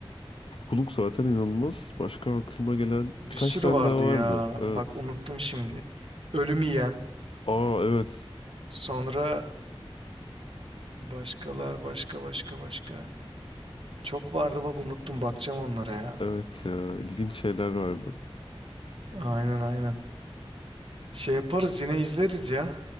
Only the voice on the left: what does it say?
Kuluk zaten inanılmaz. Başka aklıma gelen
birkaç
tane
daha vardı.
Evet.
Aa evet.
Evet ya ilginç şeyler vardı.